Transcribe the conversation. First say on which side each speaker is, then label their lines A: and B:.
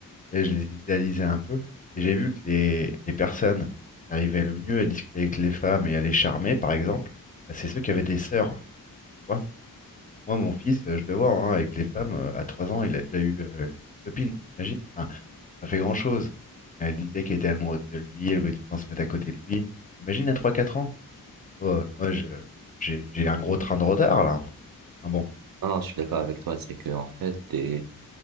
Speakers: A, on the left; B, on the right.
A: Et je les idéalisais un peu. Et j'ai vu que les, les personnes qui arrivaient le mieux à discuter avec les femmes et à les charmer, par exemple, bah, c'est ceux qui avaient des sœurs. tu vois. Moi, mon fils, euh, je le vois hein, avec les femmes. euh, à 3 ans, il a déjà eu euh, une copine, t'imagines? Enfin, pas fait grand-chose. Mais elle disait qu'elle était amoureuse de lui, elle voulait tout le temps se mettre à côté de lui. Imagine à trois quatre ans. Oh, euh, moi, je- j'ai j'ai un gros train de retard, là. Ah bon.
B: Non, non, je suis d'accord avec toi, c'est que en fait, t'es-